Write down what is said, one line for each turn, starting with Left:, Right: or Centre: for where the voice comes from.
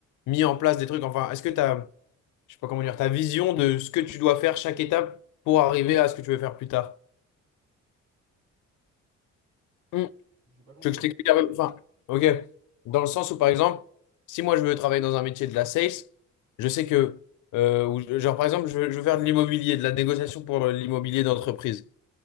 Left: mis en place des trucs? Enfin, est-ce que tu as, je sais pas comment dire, ta vision de ce que tu dois faire chaque étape pour arriver à ce que tu veux faire plus tard? Mm.
Right: J'ai pas compris
Left: Tu veux que
Right: ta
Left: je t'explique
Right: question.
Left: un peu? Enfin, ok. Dans le sens où, par exemple, si moi je veux travailler dans un métier de la sales, je sais que, euh, ou je- genre par exemple, je veux, je veux faire de l'immobilier, de la négociation pour euh, l'immobilier d'entreprise.